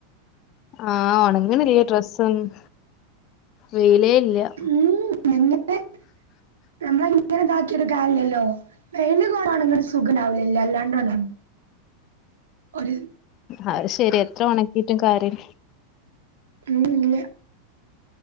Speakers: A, on the left; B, on the right.
A: ആ ഒണങ്ങ്ണില്ല ഡ്രസ്സ് ഒന്നും വെയിലേ ഇല്ല്യാ
B: ഉ എങ്ങനെ നമ്മള എങ്ങനെ ഇതാക്കിട്ടും കാര്യല്ലല്ലോ വെയിന് കോണാണെങ്ങട് സുഖണ്ടാവുലല്ലേ അല്ലാണ്ട് <unintelligible> ഒര്
A: അഹ് ശെരി എത്ര ഉണക്കിട്ടും കാര്യം
B: ഉം ഇല്ല